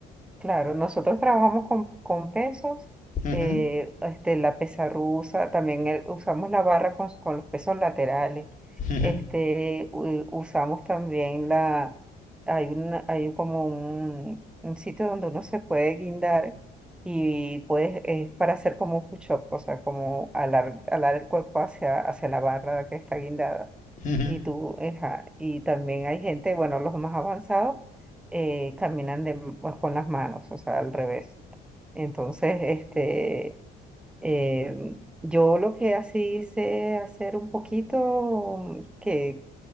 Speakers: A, in the centre; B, on the left.
A: Claro, nosotros trabajamos con, con pesos,
B: Ujú,
A: eh, este, la pesa rusa, también el- usamos la barra con, con los pesos laterales,
B: ujú,
A: este, u- usamos también la, hay una, hay como un, un sitio donde uno se puede guindar y puedes, es para hacer como un push-up, o sea, como alar, alar el cuerpo hacia, hacia la barra que está guindada.
B: ujú,
A: Y tú, ajá, y también hay gente, bueno, los más avanzados eh, caminan de- con las manos, o sea, al revés. Entonces, este, eh, yo lo que así sé hacer un poquito, que,